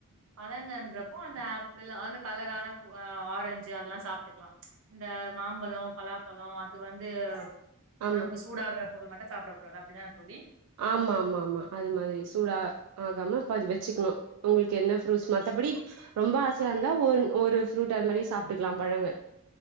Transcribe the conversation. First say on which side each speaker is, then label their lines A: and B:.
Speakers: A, on the right (about 60°); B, on the right (about 85°).
A: பழங்கன்றப்போ அந்த ஆப்பிளு அந்த கலரான பு ஆரஞ்சு அதெல்லா சாப்ட்டுக்லா இந்த மாம்பழோ பலாப்பழோ அது வந்து
B: ஆமா
A: ஒடம்பு சூடாகுற பொருள் மட்டு சாப்ட கூடாது அப்பிடிதான தோழி
B: ஆமாமாமா அது மாதிரி சூடா ஆகாமப் பாதி வெச்சுக்கணு உங்களுக்கு என்ன ஃப்ரூட்ஸ் மத்தபடி ரொம்ப ஆசையாருந்தா ஒரு ஒரு ஃப்ரூட் அது மாரி சாப்டுக்கலா பழங்கள்